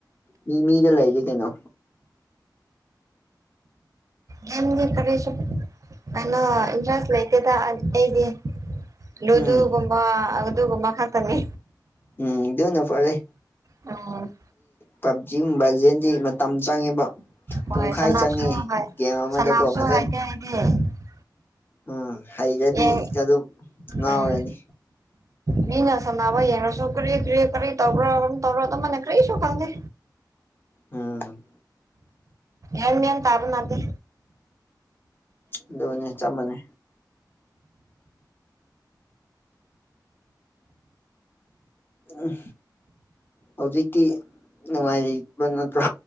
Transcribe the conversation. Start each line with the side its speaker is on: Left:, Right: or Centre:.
Left: ꯃꯤ ꯃꯤꯗ ꯂꯩꯒꯦ ꯀꯩꯅꯣ
Right: ꯌꯥꯝꯦꯝꯗꯤ ꯈꯔꯤꯁꯨ ꯑꯩꯅ ꯏꯟꯇꯔꯦꯁ ꯂꯩꯇꯗꯗꯤ ꯂꯨꯗꯨꯒꯨꯝꯕ
Left: ꯎꯝ
Right: ꯑꯗꯨꯒꯨꯝꯕ ꯈꯠꯇꯅꯤ
Left: ꯎꯝꯗꯨꯅ ꯐꯔꯦ
Right: ꯎꯝ
Left: ꯄꯞꯖꯤ ꯉꯨꯝꯕꯖꯤꯗꯤ ꯃꯇꯝ ꯆꯪꯉꯦꯕ
Right: ꯍꯣꯏ
Left: ꯄꯨꯡꯈꯥꯏ
Right: ꯁꯅꯥꯞꯁꯨ
Left: ꯆꯪꯉꯦ
Right: ꯍꯣꯏ
Left: ꯒꯦꯝ ꯑꯃꯗꯀꯣ
Right: ꯁꯅꯥꯞꯁꯨ
Left: ꯐꯖꯅ
Right: <unintelligible>
Left: ꯎꯝ ꯍꯩꯔꯗꯤ
Right: ꯌꯦꯡ
Left: ꯑꯗꯨꯝ ꯉꯥꯎꯔꯅꯤ
Right: ꯎꯝ ꯃꯤꯅ ꯁꯥꯟꯅꯕ ꯌꯦꯡꯉꯁꯨ ꯀꯔꯤ ꯀꯔꯤ ꯀꯔꯤ ꯇꯧꯕꯔꯣ <unintelligible> ꯇꯧꯔꯣ ꯃꯅꯦ ꯀꯔꯤ ꯁ ꯈꯪꯗꯦ
Left: ꯎꯝ
Right: ꯑꯦꯃꯤꯟ ꯇꯥꯕ ꯅꯗꯤ
Left: ꯑꯗꯨꯅꯦ ꯆꯞꯃꯅꯦ ꯎꯝ ꯍꯧꯖꯤꯛꯇꯤ ꯅꯨꯡꯉꯥꯏꯔꯤꯕ ꯅꯠꯇ꯭ꯔꯥ